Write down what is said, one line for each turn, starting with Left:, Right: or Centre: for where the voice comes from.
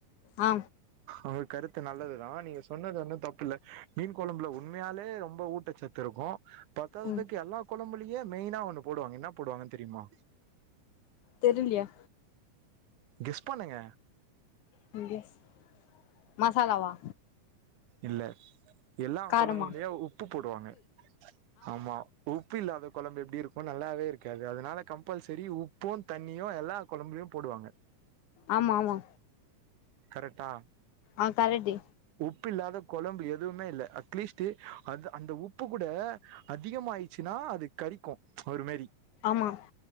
Left: ஆ
Right: உங்க கருத்து நல்லதுதா நீங்க சொன்னது ஒன்னு தப்பில்ல மீன் கொழம்புல உண்மையாலே ரொம்ப ஊட்ட சத்து இருக்கு பத்தாததுக்கு
Left: ம்
Right: எல்லா கொழம்புலயே மெயினா ஒன்னு போடுவாங்க என்ன போடுவாங்க தெரியுமா
Left: தெரிலியா
Right: கெஸ் பண்ணுங்க
Left: <unintelligible> மசாலா வா
Right: இல்ல எல்லா
Left: காரமா
Right: கொழம்புலியு உப்பு போடுவாங்க ஆமா உப்பு இல்லாத கொழம்பு எப்டி இருக்கு நல்லாவே இருக்காது அதனால கம்பல்சரி உப்பு தண்ணியு எல்லா கொழம்புலியு போடுவாங்க
Left: ஆமா ஆமா
Right: கரெட்டா
Left: ஆ கரெக்ட்டு
Right: உப்பி இல்லாத கொழம்பு எதுவுமே இல்ல அட்லீஸ்ட் அந்த அந்த உப்பு கூட அதிகம்மாய்ட்சுன்னா அது கரிக்கு ஒரு மாரி
Left: ஆமா